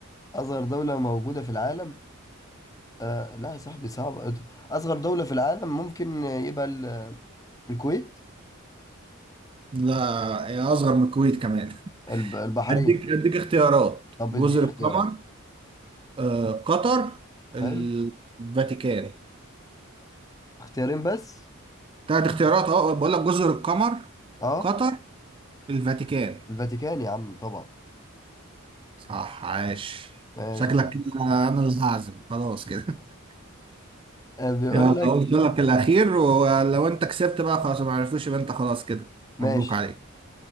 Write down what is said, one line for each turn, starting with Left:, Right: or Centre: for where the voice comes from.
Left: اصغر دولة موجودة في العالم آه لا يا صاحبي صعب اصغر دولة في العالم ممكن يبقى ال- الكويت
Right: لا ايه اصغر من الكويت كمان
Left: الب- البحرين
Right: اديك اديك اختيارات
Left: طب
Right: جزر
Left: اديني اختيارات
Right: القمر آه، قطر الفاتيكان
Left: حلو اختيارين بس
Right: تلات اختيارات اه بقول لك جزر القمر
Left: اه
Right: قطر الفاتيكان
Left: الفاتيكان يا عم طبعا
Right: صح عاش
Left: ماشي
Right: شكلك
Left: يا صاحبي
Right: كده انا اللي هعزم خلاص كده <laughs>
Left: <laughs> بيقول
Right: يلا قلت
Left: لك
Right: لك الاخير ولو انت كسبت بقى خلاص ما عرفتوش يبقى انت خلاص كده
Left: ماشي
Right: مبروك عليك